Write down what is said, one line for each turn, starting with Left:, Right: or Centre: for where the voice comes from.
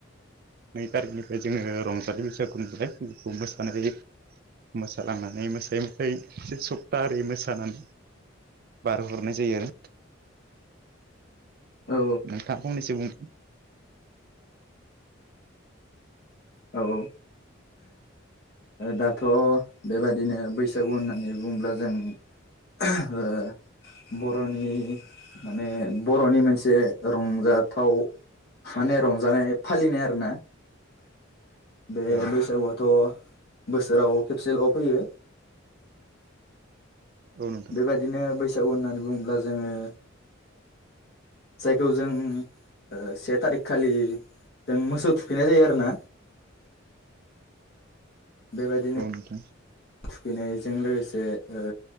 Right: नै थारिखनिफ्राय जोंङो रंजालि बैसागु नुबाय बेखौ मोसानाय जायो। मोसालांनानै मोसायै मोसायै से सप्ताह ओरै मोसानानै हरनाय जायो।
Left: औ
Right: नोंथाङा फंनैसो बुं
Left: औ औ दाथ' बेबादिनो बैसागु होननानै बुङोब्ला जों ओ बर'नि माने बर'नि मोनसे रंजाथाव माने रंजानाय फालिनाय आरोना बे
Right: ओं
Left: बैसागुआथ' बोसोराव खेबसेल' फैयो
Right: औ नोंथां
Left: बेबाय दिनो बैसागु होननानै बुङोब्ला जोंङो जायखौ जों से थारिख खालि जों मोसौ थुखैनाय जायो आरोना। बेबायदि
Right: अ नोंथां
Left: थुखैनायजों लोगोसे ओ